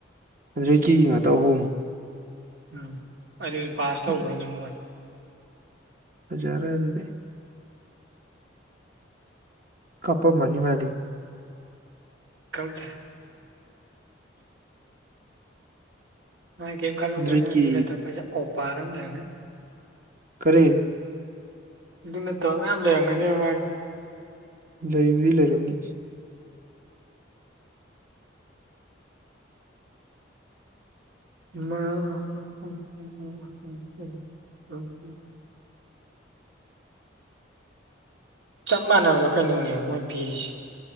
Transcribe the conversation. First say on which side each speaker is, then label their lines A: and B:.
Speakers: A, on the right (about 45°); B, on the right (about 80°).
A: ꯍꯟꯗ꯭ꯔꯦꯠ ꯀꯦꯒꯤ ꯉꯥꯛꯇ ꯑꯍꯨꯝ
B: ꯎꯝ ꯑꯗꯨꯖꯨ ꯄꯥꯁ ꯇꯧꯒ꯭ꯔꯕꯅꯦ
A: ꯏꯁ
B: ꯃꯣꯏ
A: ꯐꯖꯔꯦ ꯑꯗꯨꯗꯤ ꯀꯞꯄꯝꯃꯅꯤ ꯃꯗꯤ
B: ꯈꯪꯗꯦ ꯃꯥ ꯀꯩꯝ ꯈꯜꯂꯝꯃꯣꯏꯗ
A: ꯍꯟꯗ꯭ꯔꯦꯠꯀꯤ
B: ꯑꯗꯨ ꯅꯠꯇꯕ ꯄꯩꯁꯥ ꯑꯣꯄꯥꯔ ꯑꯃ ꯂꯩꯔꯝꯒꯅꯤ
A: ꯀꯔꯤ
B: ꯑꯗꯨ ꯅꯠꯇꯕ ꯃꯌꯥꯝ ꯂꯩꯔꯝꯒꯅꯦꯕ ꯃꯥꯒꯤ
A: ꯂꯩꯕꯨꯗꯤ ꯂꯩꯔꯝꯅꯤ
B: <unintelligible> ꯆꯞ ꯃꯥꯟꯅꯕꯗ ꯀꯩꯅꯣꯅꯦꯕ ꯃꯣꯏ ꯄꯤꯔꯤꯁꯦ